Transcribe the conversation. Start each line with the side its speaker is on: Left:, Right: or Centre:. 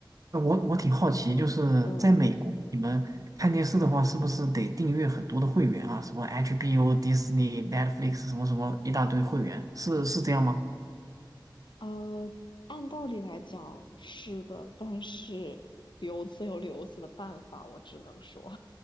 Right: 那我我挺好奇，就是在美国，
Left: 嗯，
Right: 你们看电视的话，是不是得订阅很多的会员啊？什么 HBO、Disney、Netflix 什么什么一大堆会员，是是这样吗？
Left: 呃，按道理来讲是的，但是 <laughs> 留子有留子的办法，我只能说。